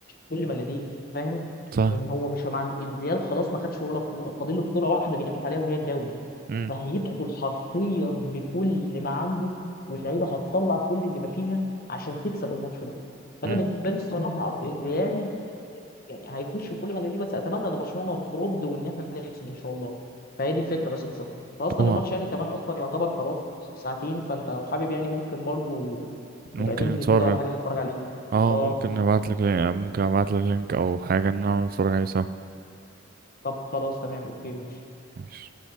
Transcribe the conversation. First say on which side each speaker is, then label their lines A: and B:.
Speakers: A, on the left (about 50°); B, on the right (about 50°).
A: كل ما لديه فاهم
B: صح
A: يعني هو مش مع الريال خلاص ما خدش ولا بطوله فاضل له بطوله واحده بينافس عليها وهي الدوري
B: مم.
A: فهيدخل حرفيا بكل ما عنده واللعيبه هتطلع كل اللي ما فيها عشان تكسب الماتش ده فانا
B: مم.
A: بالنسبه لي الصراحه الريال يعني هيفوش في كل ما دي بس اتمنى ان برشلونه ترد وان احنا نكسب ان شاء الله فهي دي الفكره بس مش اكتر فاصلا
B: طبعا
A: الماتش يعني كمان اصلا يعتبر خلاص ساعتين فانت لو حابب يعني ممكن برضو
B: ممكن
A: نبقى ننزل
B: نتفرج
A: كده ولا حاجه نتفرج عليه
B: اه
A: اه
B: ممكن نبعتلك لك ممكن ابعتلك لينك او حاجة ان انا نتفرج عليه سوا
A: طب خلاص تمام اوكي ماشي
B: ماشي